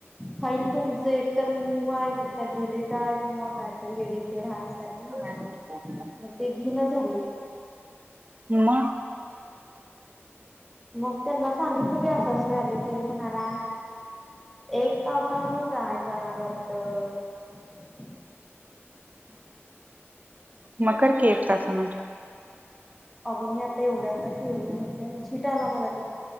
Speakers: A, in the centre; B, on the right (about 35°).
A: फाईल तुमच एकतर मूव आहे, डिलीट आहे किंवा कायतरी एडिटेड आहे अस काय तर म्हणाल,
B: ह <unintelligible>
A: मग ते घेणा झालय.
B: म?
A: मग त्यांना सांगितलं काय असं असं व्हायले ते म्हणाला- एक तासान ट्राय करा, डॉक्टर <unintelligible>
B: म कर की एक
A: तुम
B: तासा नंतर.
A: अगं मी आता एवढ्यांदा केलो, माहिती आहे झिट आला मला ते